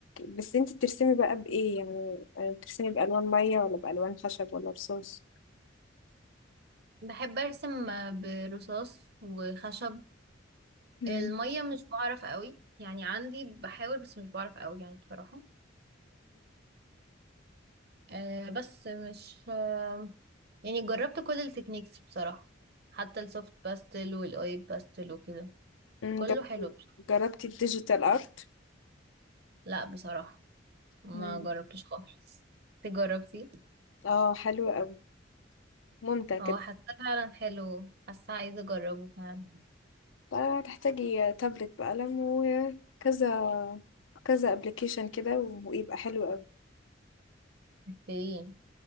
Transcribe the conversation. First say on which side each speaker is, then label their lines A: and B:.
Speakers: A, on the left; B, on the right.
A: بس انتي بترسمي بقى بايه يعني بترسمي بالوان مية ولا بالوان خشب ولا رصاص؟
B: بحب ارسم آه، برصاص وخشب
A: مم.
B: المية مش بعرف قوي يعني عندي بحاول بس مش بعرف قوي يعني بصراحة آه بس مش آه يعني جربت كل التكنيكس بصراحة حتى السوفت باستل والاويل باستل وكده
A: مهم.
B: كله حلو بصراحة.
A: جربتي الديجيتال ارت
B: لا بصراحة ما
A: مم.
B: جربتوش خالص انت جربتي
A: اه حلو قوي ممتع كده
B: هو حاسه فعلا حلو حاسه عايزه اجربه فعلا
A: هتحتاجي تابلت بقلم وكذا كذا ابلكيشن كده ويبقى حلو قوي
B: اوكي